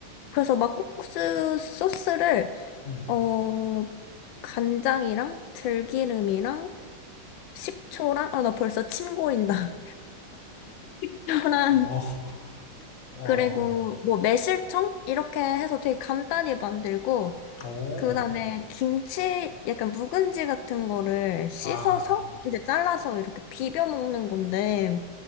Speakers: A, on the left; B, on the left.
A: 그래서 막국수 소스를
B: 응,
A: 어, 간장이랑 들기름이랑 식초랑, 아, 나 벌써 침 고인다. <laughs> 초랑,
B: 어, 와,
A: 그리고 뭐 매실청? 이렇게 해서 되게 간단히 만들고,
B: 어,
A: 그 다음에 김치, 약간 묵은지 같은 거를 씻어서,
B: 아,
A: 이제 잘라서 이렇게 비벼 먹는 건데,